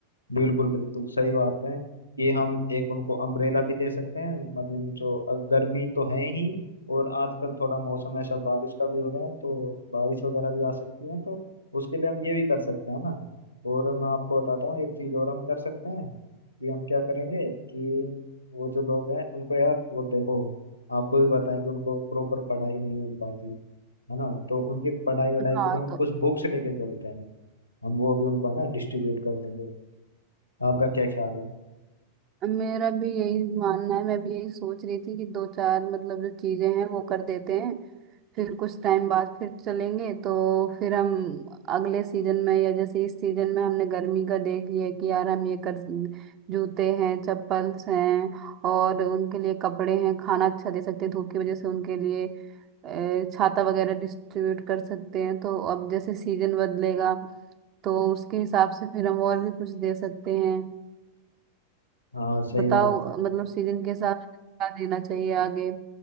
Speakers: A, on the left; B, on the right.
A: बिल्कुल बिल्कुल सही बात है कि हम एक उनको अम्ब्रेला भी दे सकते हैं मतलब जो अ- गर्मी तो है ही और आजकल थोड़ा मौसम ऐसा बारिश का भी हो रहा है तो बारिश वगैरह भी आ सकती है तो उसके लिए हम ये भी कर सकते हैं ना और मैं आपको बताता हूँ एक चीज़ और हम कर सकते हैं कि हम क्या करेंगे कि वो जो लोग हैं उनको यार वो देखो आपको भी बताएं कि उनको प्रॉपर पढ़ाई नहीं मिल पाती है ना तो उनकी पढ़ाई वढ़ाई
B: हाँ
A: के लिए हम
B: तो
A: कुछ बुक्स लेके चलते हैं हम वो भी उनको है ना डिस्ट्रीब्यूट करते हैं आपका क्या ख्याल है
B: मेरा भी यही मानना है मैं भी यही सोच रही थी कि दो चार मतलब जो चीजें हैं वो कर देते हैं फिर कुछ टाइम बाद फिर चलेंगे तो फिर हम अगले सीजन में या जैसे इस सीजन में हमने गर्मी का देख लिया कि यार हम ये कर जूते हैं चप्पल्स हैं और उनके लिए कपड़े हैं खाना अच्छा दे सकते हैं धूप की वजह से उनके लिए अ, छाता वगैरह डिस्ट्रीब्यूट कर सकते हैं तो अब जैसे सीजन बदलेगा तो उसके हिसाब से फिर हम और भी कुछ दे सकते हैं
A: हाँ सही
B: बताओ
A: बात
B: मतलब सीजन के हिसाब से क्या देना चाहिए आगे